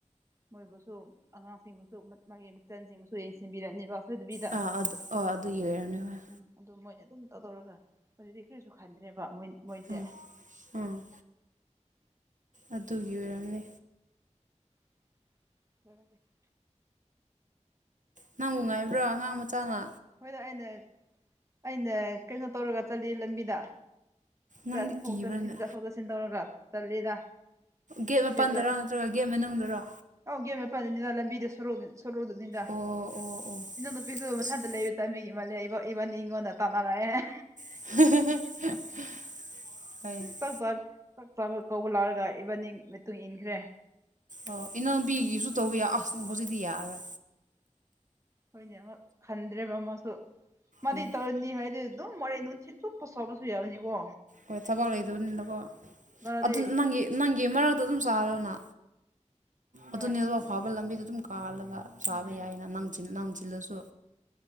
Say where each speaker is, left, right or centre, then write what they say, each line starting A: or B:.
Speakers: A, on the right (about 25°); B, on the right (about 85°).
A: ꯃꯣꯏꯕꯨꯁꯨ ꯑꯉꯥꯡꯁꯤꯡꯕꯨꯁꯨ ꯃꯥꯒꯤ ꯃꯆꯟꯁꯤꯡꯕꯨꯁꯨ ꯌꯦꯡꯁꯤꯟꯕꯤꯔꯅꯤꯕ ꯐꯨꯗꯕꯤꯗ
B: ꯑꯥ ꯑꯗꯨ ꯑꯣ ꯑꯗꯨꯒꯤ ꯑꯣꯏꯔꯝꯅꯤ ꯍꯣꯏ
A: ꯎꯝ ꯑꯗꯨ ꯃꯣꯏꯅ ꯑꯗꯨꯝ ꯇꯧꯗꯧꯔꯒ ꯍꯨꯖꯤꯛꯗꯤ ꯀꯔꯤꯁꯨ ꯈꯟꯗ꯭ꯔꯦꯕ ꯃꯣꯏ ꯃꯣꯏꯁꯦ
B: ꯎꯝ ꯎꯝ ꯑꯗꯨꯒꯤ ꯑꯣꯏꯔꯝꯅꯤ
A: <unintelligible>
B: ꯅꯪꯕꯨ ꯉꯥꯏꯕ꯭ꯔꯥ ꯑꯉꯥꯡ ꯃꯆꯥꯅ
A: ꯍꯣꯏꯗ ꯑꯩꯅ ꯑꯩꯅ ꯀꯩꯅꯣ ꯇꯧꯔꯒ ꯆꯠꯂꯤ ꯂꯝꯕꯤꯗ ꯆꯠꯊꯣꯛ
B: ꯅꯪꯗꯤ ꯀꯤꯕ꯭ꯔꯅꯦ
A: ꯆꯠꯁꯤꯟ ꯆꯠꯊꯣꯛ ꯆꯠꯁꯤꯟ ꯇꯧꯔꯒ ꯆꯠꯂꯤꯗ
B: ꯒꯦꯠ
A: ꯏꯁꯇ꯭ꯔꯤꯠ
B: ꯃꯥꯄꯟꯗꯔꯣ
A: ꯂꯥꯏꯠ
B: ꯅꯠꯇ꯭ꯔꯒ ꯒꯦꯠ ꯃꯅꯨꯡꯗꯔꯣ
A: ꯑꯧ ꯒꯦꯠ ꯃꯄꯥꯟꯗꯅꯤꯗ ꯂꯝꯕꯤꯗ ꯁꯨꯔꯣ ꯁꯨꯔꯣꯛꯗꯅꯤꯗ
B: ꯑꯣ ꯑꯣ ꯑꯣ
A: ꯏꯅꯥꯎꯅꯨꯄꯤꯁꯨ
B: ꯑꯁ
A: ꯃꯊꯟꯇ ꯂꯩꯕ ꯇꯟꯕꯒꯤ ꯃꯥꯜꯂꯦ ꯏꯕ ꯏꯕꯅꯤ ꯏꯪꯉꯣꯟꯅ ꯇꯅꯥꯔꯛꯑꯦ
B: <inaudible>
A: ꯆꯥꯛ ꯆꯥ ꯆꯥꯛ ꯆꯥꯕ ꯀꯧꯕ ꯂꯥꯛꯔꯒ ꯏꯕꯥꯅꯤꯡ ꯃꯇꯨꯡ ꯏꯟꯈ꯭ꯔꯦ
B: ꯑꯣ ꯏꯅꯥꯎꯕꯤꯒꯤꯁꯨ ꯇꯧꯕꯤꯌꯣ ꯑꯁ ꯍꯧꯖꯤꯛꯇꯤ ꯌꯥꯔꯦ
A: ꯍꯣꯏꯅꯦ ꯑꯃꯨꯛ ꯈꯟꯗ꯭ꯔꯦꯕ ꯃꯥꯁꯨ ꯃꯥꯗꯤ
B: ꯎꯝ
A: ꯇꯧꯔ ꯍꯤꯟꯗꯤ ꯍꯩꯔꯗꯤ ꯗꯨꯝ ꯃꯣꯔꯦꯟ ꯅꯨꯡꯊꯤꯟ ꯆꯨꯞꯄ ꯁꯣꯜꯂꯁꯨ ꯌꯥꯕꯅꯤꯀꯣ
B: ꯍꯣꯏ ꯊꯕꯛ ꯂꯩꯗꯕꯅꯤꯅꯀꯣ
A: ꯃꯥꯗꯤ
B: ꯑꯗꯨ ꯅꯪꯒꯤ ꯅꯪꯒꯤ ꯃꯔꯛ ꯑꯗꯨꯝ ꯆꯥꯔꯣꯅ
A: ꯍꯣꯏ
B: ꯑꯗꯨꯅꯤ ꯑꯗꯨ ꯑꯐꯥꯎꯕ ꯂꯝꯕꯤꯗ ꯑꯗꯨꯝ ꯀꯥꯜꯂꯒ ꯆꯥꯕ
A: ꯎꯝ
B: ꯌꯥꯏꯅ ꯅꯪ ꯆꯤꯟ ꯅꯪ ꯆꯤꯜꯂꯁꯨ